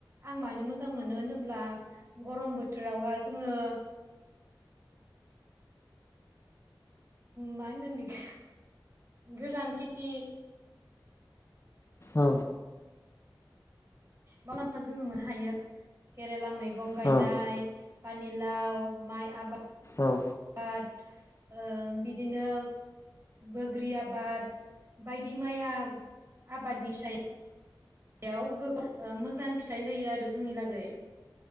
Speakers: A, on the right; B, on the left.
A: आं मानो मोजां मोनो होनोब्ला गरम बोथोरावहाय जोङो मा होनगोन बिखौ गोरान खेथि
B: औ
A: मुलाम्फा जोङो मोननो हायो केरेला मैगं
B: औ
A: गायनाय पानिलाव माइ आबाद
B: औ
A: आबाद ओ बिदिनो बोग्रि आबाद बायदि माया आबादनि सायाव याव मोजां फिथाइ होयो आरो जोंनि लागै